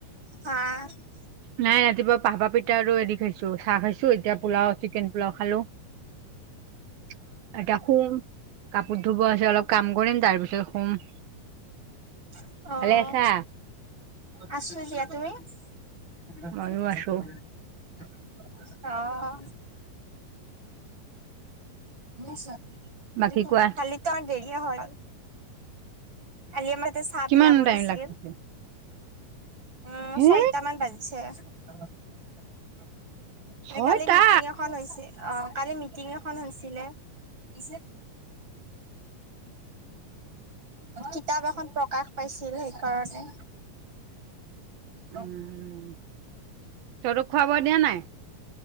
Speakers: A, on the right; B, on the right.
A: হা <unintelligible>
B: নাই ৰাতিপুৱা <unintelligible> পাহা পিঠা আৰু হেৰি খাইছো চাহ খাইছো। এতিয়া পোলাও চিকেন পোলাও খালো। <inaudible> এতিয়া শুম। কাপোৰ ধুব আছে, অলপ কাম কৰিম তাৰপিছত শুম। <unintelligible> <unintelligible>
A: <unintelligible> অঁ!
B: ভালে আছা
A: আছো দিয়া। তুমি? <unintelligible>
B: ময়ো আছো
A: <unintelligible> অঁ! <unintelligible> কালিতো আৰু
B: বাকী
A: দেৰিয়ে
B: কোৱা
A: হয় গ'ল। <unintelligible> কালি আমাক যে চাহ
B: কিমান
A: বিলাব
B: টাইম
A: দিছিল?
B: লাগছে
A: <unintelligible> উম!
B: হে
A: ছয়টামান বাজিছে। <unintelligible>
B: ছয়টা
A: কালি মিটিং এখন হৈছিল। অ কালি মিটিং এখন হৈছিলে। <unintelligible> <unintelligible> <inaudible> <unintelligible> কিতাপ এখন প্ৰকাশ পাইছিল সেইকাৰণে। <unintelligible> <unintelligible> <unintelligible>
B: উম তহঁতক খোৱা বোৱা দিয়া নাই